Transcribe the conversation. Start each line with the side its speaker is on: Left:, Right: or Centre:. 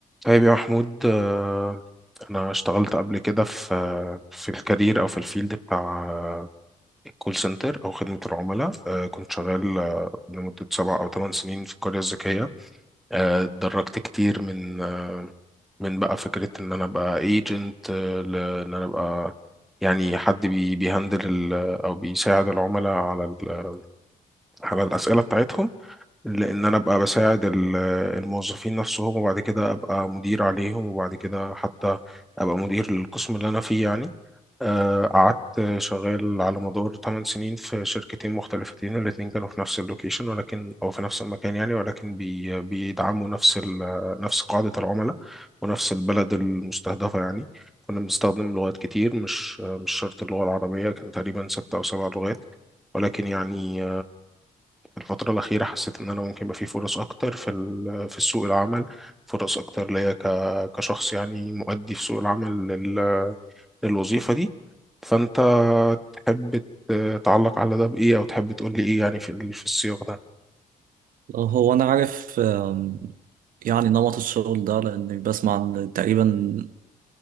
Centre: طيب يا محمود آه، أنا اشتغلت قبل كده في آه، في الكارير أو في الفيلد بتاع آه، الكول سنتر أو خدمة العملاء آه، كنت شغال آه، لمدة سبع أو ثمان سنين في القرية الذكية آه، اتدرجت كتير من آه، من بقى فكرة إن أنا أبقى ايجنت لإن أنا أبقى يعني حد بي بيهندل ال- آه، أو بيساعد العملاء على ال- على الأسئلة بتاعتهم لان انا ابقى بساعد ال- الموظفين نفسهم وبعد كده ابقى مدير عليهم وبعد كده حتى ابقى مدير للقسم اللي انا فيه يعني آه، قعدت شغال على مدار 8 سنين في شركتين مختلفتين الاتنين كانوا في نفس اللوكيشن ولكن او في نفس المكان يعني ولكن بي بيدعموا نفس ال- نفس قاعدة العملاء ونفس البلد المستهدفة يعني كنا بنستخدم لغات كتير مش مش شرط اللغة العربية كان تقريبا ستة أو سبع لغات ولكن يعني الفترة الأخيرة حسيت إن أنا ممكن يبقى في فرص أكتر في ال- في سوق العمل فرص أكتر ليا ك- كشخص يعني مؤدي في سوق العمل لل- للوظيفة دي فأنت تحب ت- تعلق على ده بإيه أو تحب تقول لي إيه يعني في ال- في السياق ده
Right: هو أنا عارف آم، يعني نمط الشغل ده لأني بسمع إن تقريبا